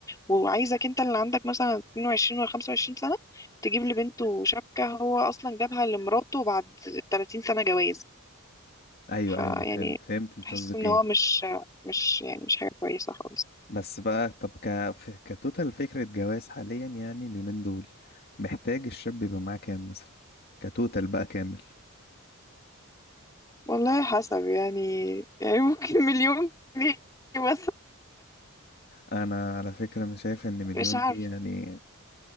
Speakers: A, on the left; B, on the left.
A: وعايزك انت اللي عندك مثلا 22 ولا 25 سنه تجيب لبنته شبكه هو اصلا جابها لمراته بعد 30 سنه جواز
B: أيوه
A: فيعني
B: أيوه أنا فهمت فهمت أنت
A: بحس
B: قصدك
A: ان
B: إيه
A: هو مش مش يعني مش حاجه كويسه خالص
B: بس بقى طب ك... ف- كتوتال فكرة جواز حاليا يعني اليومين دول محتاج الشاب يبقى معاه كام مثلا كتوتال بقى كامل
A: والله حسب يعني يعني ممكن مليون جنيه مثلا
B: انا على فكرة انا شايف ان مليون
A: مش عارفه
B: دي يعني